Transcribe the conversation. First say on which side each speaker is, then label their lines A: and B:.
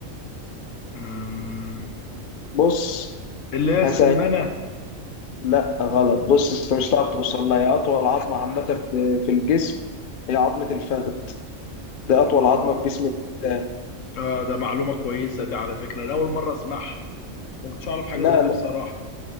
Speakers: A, on the left; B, on the left.
A: مم.
B: بص
A: اللي هي السمنة
B: هسأل لا غلط بص انت مش هتعرف توصل لها هي اطول عظمه عامه في في الجسم هي عظمه الفخذ دي اطول
A: اه
B: عظمه في جسم الانسان
A: آه، ده معلومة كويسة دي على فكرة أنا أول مرة أسمعها ما كنتش أعرف حاجة
B: لا
A: زي دي
B: لا
A: بصراحة